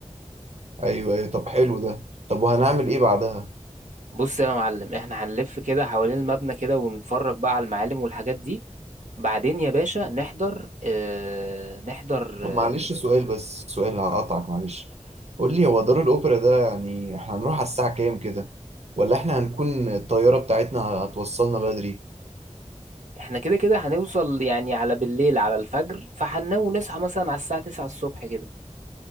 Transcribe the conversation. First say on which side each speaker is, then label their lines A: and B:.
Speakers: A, on the right (about 60°); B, on the right (about 80°).
A: ايوه ايوه طب حلو ده طب وهنعمل ايه بعدها
B: بص يا معلم احنا هنلف كده حوالين المبنى كده ونتفرج بقى على المعالم والحاجات دي بعدين يا باشا نحضر اه... نحضر
A: طب
B: اه...
A: معلش سؤال بس سؤال هقطعك معلش قول لي هو دار الاوبرا ده يعني احنا هنروح على الساعه كام كده ولا احنا هنكون الطياره بتاعتنا هتوصلنا بدري
B: احنا كده كده هنوصل يعني على بالليل على الفجر فهننام ونصحى مثلا على الساعة 9 الصبح كده